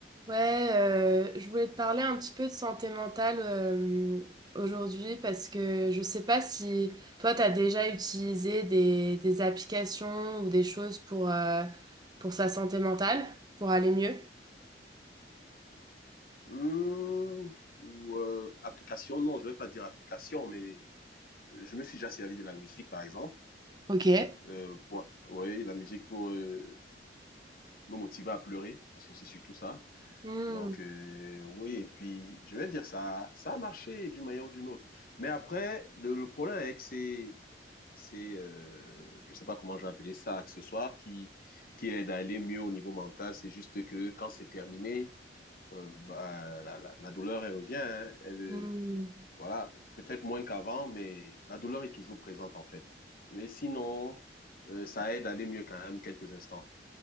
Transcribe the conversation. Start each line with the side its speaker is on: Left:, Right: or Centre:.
Right: Ouais, euh, je voulais te parler un petit peu de santé mentale euh, aujourd'hui parce que je sais pas si toi, tu as déjà utilisé des, des applications ou des choses pour, euh, pour sa santé mentale, pour aller mieux.
Left: Mmh, ou euh, application, non, je vais pas dire application, mais je me suis déjà servi de la musique, par exemple,
Right: Ok.
Left: euh, pour, oui, la musique pour euh, me motiver à pleurer, parce que c'est surtout ça.
Right: Hmm,
Left: Donc, euh, oui, et puis, je vais dire, ça, ça a marché d'une manière ou d'une autre. Mais après, le, le problème avec ces, ces euh, je sais pas comment je vais appeler ça, accessoires qui, qui aident à aller mieux au niveau mental, c'est juste que quand c'est terminé, euh, bah, la, la, la douleur, elle revient, hein, elle, euh,
Right: hmm.
Left: Voilà, pe- peut-être moins qu'avant, mais la douleur est toujours présente en fait. Mais sinon, euh, ça aide à aller mieux quand même quelques instants.